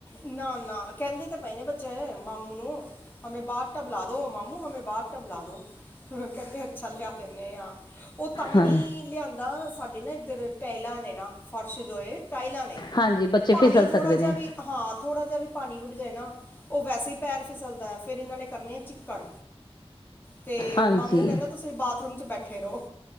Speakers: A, on the left; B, on the left.
A: ਨਾ ਨਾ ਕਹਿੰਦੇ ਤੇ ਪਏ ਨੇ ਬੱਚੇ ਮਾਮੂ ਨੂੰ ਹਮੇ ਬਾਥ ਟੱਬ ਲਾ ਦੋ ਮਾਮੂ ਹਮੇ ਬਾਤ ਟਬ ਲਾ ਦੋ। ਕਹਿੰਦੇ ਅੱਛਾ ਲਿਆ ਦਿੰਦੇ ਆਂ ਉਹ ਤਾਂ
B: ਹਾਂ
A: ਨੀ ਲਿਆਂਦਾ ਸਾਡੇ ਨਾ ਇੱਧਰ ਟਹਿਲਾਂ ਨੇ ਨਾ ਫਰਸ਼ ਧੋਏ ਟਾਈਲਾਂ ਨੇ
B: ਹਾਂਜੀ ਬੱਚੇ
A: ਉਹ ਪਾਣੀ
B: ਫਿਸਲ
A: ਥੋੜਾ
B: ਸਕਦੇ
A: ਜਿਹਾ
B: ਨੇ
A: ਵੀ। ਹਾਂ ਥੋੜਾ ਜਿਹਾ ਵੀ ਪਾਣੀ ਰੁੜ ਜਾਏ ਨਾ ਉਹ ਵੈਸੇ ਹੀ ਪੈਰ ਫਿਸਲਦਾ ਫਿਰ ਇਹਨਾਂ ਨੇ ਕਰਨੇ ਆ ਚਿੱਕੜ। ਤੇ
B: ਹਾਂਜੀ
A: ਮਾਮੂ ਕਹਿੰਦਾ ਤੁਸੀਂ ਬਾਥਰੂਮ ਚ ਬੈਠੇ ਰਹੋ।